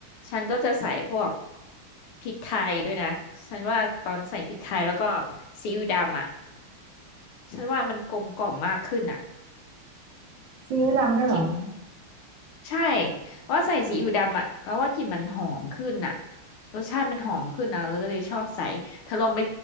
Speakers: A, on the left (about 80°); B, on the right (about 65°).
A: ฉันก็จะใส่พวกพริกไทยด้วยนะ ฉันว่าตอนใส่พริกไทยแล้วก็ซีอิ๊วดำอะฉันว่ามันกลมกล่อมมากขึ้นอะ
B: ซีอิ๊วดำด้วยเหรอ
A: กลิ่นมัน ใช่เพราะว่าใส่ซีอิ๊วดำอ่ะแล้วว่ากลิ่นมันหอมขึ้นอ่ะ รสชาติมันหอมขึ้นนะเราก็เลยชอบใส่เธอลองไป